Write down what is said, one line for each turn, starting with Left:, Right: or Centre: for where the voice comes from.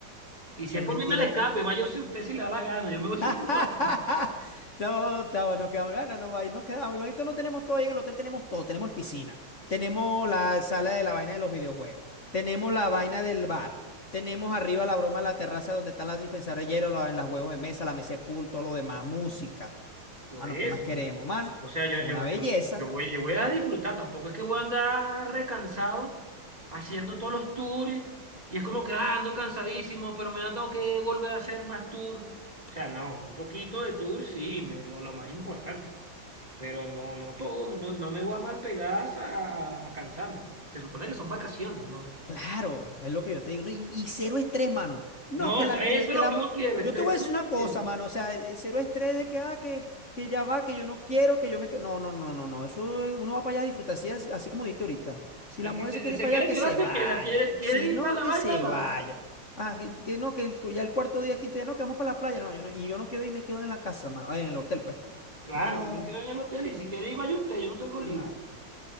Right: Y
Left: Eso
Right: si es
Left: es
Right: por
Left: mentira,
Right: mí, me le escapo y vaya usted usted si le da la gana. Yo me voy <laughs> por
Left: <laughs>
Right: otro lado.
Left: No, chava, nos quedamos, bueno, no, no, ahí nos quedamos. Igualito no tenemos todo ahí en el hotel, tenemos todo, tenemos piscina, tenemos la sala de la vaina de los videojuegos, tenemos la vaina del bar, tenemos arriba la broma, la terraza donde están las dispensadoras de hielo, la- los juegos de mesa, la mesa de pool, todo lo demás, música.
Right: Por
Left: Mano,
Right: eso,
Left: ¿qué más queremos,
Right: sí.
Left: man?
Right: O sea,
Left: Eso
Right: yo, yo,
Left: es una belleza.
Right: yo, yo voy, yo voy a disfrutar. Tampoco es que voy a andar recansado haciendo todos los tours. Y es como que ah, ando cansadísimo, pero me tengo que volver a hacer más tours. O sea, no, un poquito de tour sí, me- lo, lo más importante. Pero no, no todo, no me, no me voy a mal pegar a, a- a cansarme. Se supone que son vacaciones, ¿no?
Left: Claro, es lo que yo te digo. ¿no? Y, y cero estrés, mano. No,
Right: No,
Left: que
Right: eso,
Left: la,
Right: eso
Left: que, que
Right: es lo
Left: la
Right: que
Left: mo-
Right: no quiero, estresarme
Left: Yo te voy a decir
Right: no
Left: una cosa,
Right: quiero.
Left: mano. O sea, eh, cero estrés de que, ah, que, que ya va, que yo no quiero, que yo me. que- No, no, no, no, no. Eso eh, uno va para allá a disfrutar, así, as- así como dijiste ahorita. Si
Right: El
Left: la
Right: que
Left: mujer
Right: se,
Left: se quiere
Right: se
Left: ir para
Right: quiere
Left: allá, que
Right: quedar,
Left: se
Right: se
Left: vaya.
Right: queda. Quiere, quiere
Left: Si
Right: ir
Left: no,
Right: para la
Left: que
Right: vaina,
Left: se
Right: va.
Left: vaya. Ah, que, que no, que el cu- ya el cuarto día, quinto día, no, que vamos para la playa. No, yo no, y yo no quiero ir, me quedo en la casa, mano. ah, En el hotel, pues.
Right: Claro,
Left: No,
Right: yo me quedo en el hotel y si quiere ir, vaya usted, yo no tengo lío.
Left: nada.